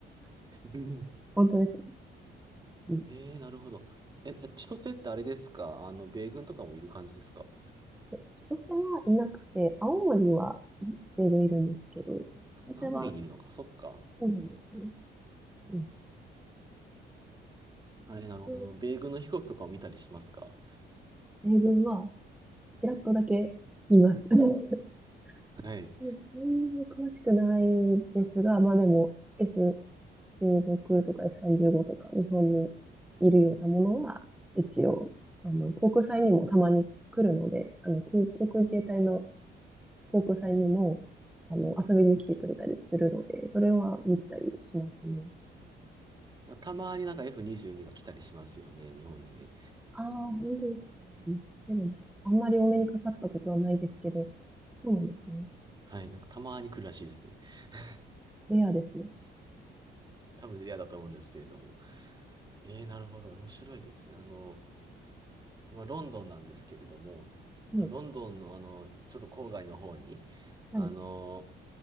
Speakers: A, on the right; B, in the centre.
A: 組。<laughs>
B: 本当ですね。うん
A: えー、なるほど。え、千歳ってあれですかあの、米軍とかもいる感じですか
B: え千歳はいなくて、青森は米軍いるんですけど、千歳は
A: 青森にいるのか、そっか。
B: そうなんですね。うん。
A: はい、なるほど。
B: で
A: あの、米軍の飛行機とかを見たりしますか
B: 米軍はちらっとだけ見ます。うん、
A: はい。
B: <laughs> うんそんなに詳しくないんですが、まあでも、F、F16 とか F35 とか日本にいるようなものは、一応、あの、航空祭にもたまに来るので、あの、空航空自衛隊の航空祭にも、あの、遊びに来てくれたりするので、それは見てたりしますね。
A: たまになんか F22 が来たりしますよね、日本にね。
B: ああ、本当ですか。見てるのかあんまりお目にかかったことはないですけど、そうなんですね。
A: はい、なんかたまに来るらしいですね。<laughs>
B: レアですね。
A: 多分レアだと思うんですけれども。ええ、なるほど。面白いですね。あの、今、ロンドンなんですけれども、
B: はい。
A: なロンドンの、あの、ちょっと郊外の方に、あの、
B: はい。